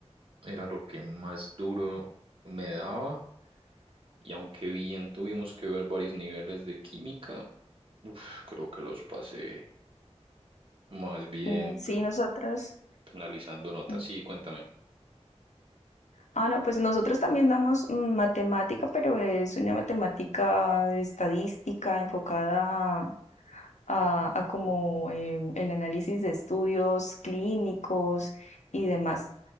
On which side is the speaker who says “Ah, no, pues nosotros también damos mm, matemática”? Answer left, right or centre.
Left